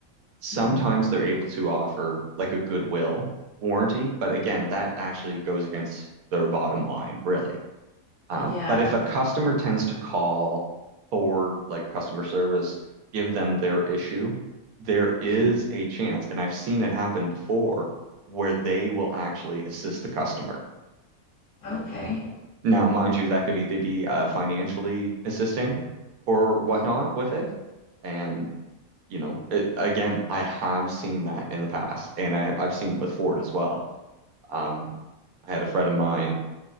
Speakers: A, on the right; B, on the left.
A: Sometimes
B: Mhm.
A: they're able to offer like a goodwill warranty, but again, that actually goes against their bottom line, really. Um,
B: Yeah.
A: But if a customer tends to call Ford, like customer service, give them their issue, there is
B: Mhm.
A: a chance, and I've seen it happen before, where they will actually assist the customer.
B: Okay.
A: Now, mind you, that could either be uh, financially assisting or whatnot
B: Mhm.
A: with it. And, you know, it, again, I have seen that in the past, and I have, I've seen it with Ford as well. Um, I had a friend of mine